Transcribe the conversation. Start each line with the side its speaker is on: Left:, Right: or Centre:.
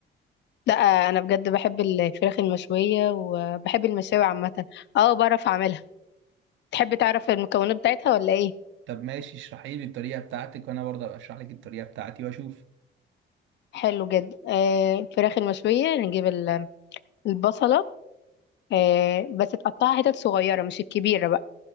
Left: لا انا بجد بحب الفراخ المشوية وبحب المشاوي عامة اه بعرف اعملها تحب تعرف المكونات بتاعتها ولا ايه؟
Right: طب ماشي اشرحي لي الطريقة بتاعتك وأنا برضه أبقى أشرح لك الطريقة بتاعتي وأشوف
Left: حلو جدا آه الفراخ المشوية نجيب ال- البصلة آه بس تقطعها حتت صغيرة مش الكبيرة بقى